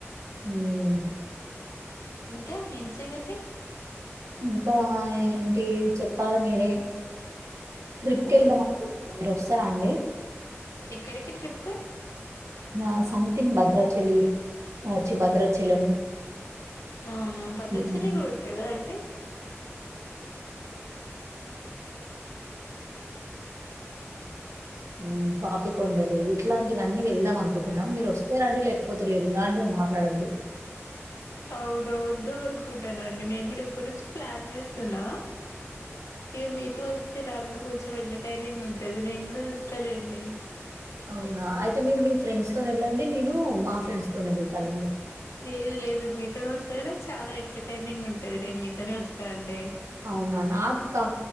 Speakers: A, on the right; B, on the left.
A: మ్మ్.
B: ఉమ్మ్ ఇంకా ఏంది సంగతి
A: ఇంకా ఏంటి చెప్పాలి మీరే ట్రిప్కి
B: ఓ
A: వెళ్దాం అనుకుంటున్నాం మీరు వస్తారా అండి
B: ఎక్కడికి ట్రిప్ కి
A: నా సంథింగ్ భద్రాచలి అ చి భద్రాచలం
B: అవునా భద్రచలి
A: మ్మ్.
B: రోడ్డే గా అండి
A: ఉం పాపికొండలు ఇట్లాంటివన్నీ వెళ్దాం అనుకుంటున్నాం మీరు వస్తే రండి లేకపోతేలేదు ఇలాంటివి మాట్లాడొద్దు
B: అవున వద్దమానుకుఅంటూన్న అండి నేను కూడా ఇప్పుడు నుంచి ప్లాన్ చేస్తున్నా ఇగ మీతో వస్తే నా గూడ కొంచెం ఎంటర్టైనింగ్ ఉంటది నేను కూడా చూస్తాలేండి.
A: అవునా అయితే మీరు మీ ఫ్రెండ్స్ తోనే వెళ్ళండి నేను మా ఫ్రెండ్స్ తోనే వెళ్తాలేండి.
B: లేదు లేదు మీతోనే వస్తేనే చాలా ఎంటర్టైనింగ్ ఉంటది నేను మీతోనే వస్తా అండి.
A: అవునా నాక్